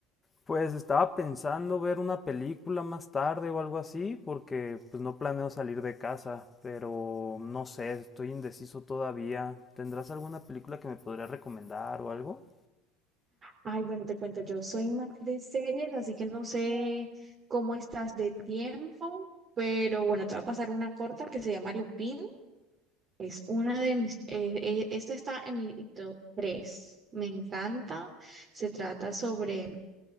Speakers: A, on the left; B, on the right.
A: Pues estaba pensando ver una película más tarde o algo así, porque pues no planeo salir de casa, pero no sé, estoy indeciso todavía. ¿Tendrás alguna película que me podrías recomendar o algo?
B: Ay, bueno, te cuento, yo soy más de series, así que no sé cómo estás de tiempo, pero bueno, te va a pasar una corta que se llama Lupin. Es una de mis, eh, eh, esta está en mi top tres Me encanta. Se trata sobre